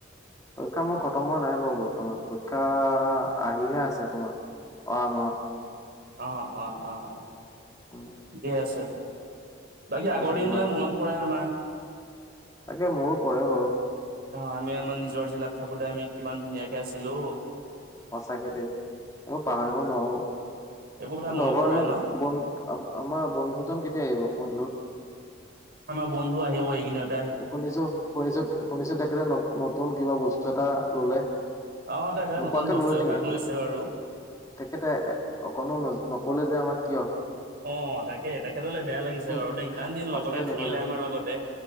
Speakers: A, on the left; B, on the right.
A: পৰীক্ষা মোৰ খতম হোৱা নাই বাৰু বৰ্তমান পৰীক্ষা আহিহে আছে তোমাৰ। অহা মাহত।
B: অঁ অঁ অঁ অ
A: উম
B: ঠিকে আছে বাকী আগৰ
A: আছে
B: দিনবিলাক
A: কিবা
B: মনত- পৰে আমাৰ।
A: তাকে, মোৰো পঢ়ে বাৰু।
B: ন আমি আমাৰ নিজৰ জিলাত থাকোতে আমি কিমান ধুনীয়াকে আছিলো
A: সঁচাকে দেই সেইবোৰ পাহৰিব নোৱাৰো
B: এইবোৰ কথা
A: এ
B: মনত
A: লগৰজন
B: পৰে ন
A: বন আমাৰ বন্ধুজন কেতিয়া আহিব বন্ধুত
B: আমাৰ বন্ধু আহিব এইকেইদিনত
A: শুনিছো শুনিছো শুনিছো তেখেতে ন নতুন কিবা বস্তু এটা ললে
B: অ তেখেতে
A: নোকোৱাকে
B: নতুন বস্তু
A: ললে নেকি
B: এভাগ লৈছে বাৰু
A: তেখেতে অকণো নকলে যে আমাক কিয়
B: অ তাকে তেখেতলে বেয়া লাগিছে
A: হম
B: বাৰু দেই ইমান দিন
A: সঁচাকে
B: লগতে
A: নকলে।
B: থাকিলে আমাৰ লগতে